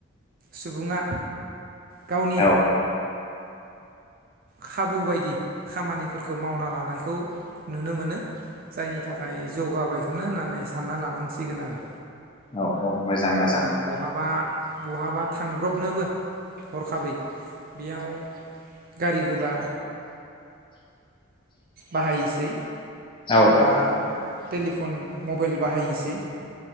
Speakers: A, on the right; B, on the left.
A: सुबुंआ। गावनि
B: औ
A: खाबु बायदि खामानिफोरखौ मावना लानायखौ नुनो मोनो जायनि थाखाय जौगाबायखौनो होननानै सानना लानांसिगोन आरो
B: औ औ मोजां मोजां
A: दा बहाबा बहाबा थांब्रबनोबो हरखाबै बेयाव गारिगुला बाहायसै
B: औ
A: बा टेलिफन मबाइल बाहायसै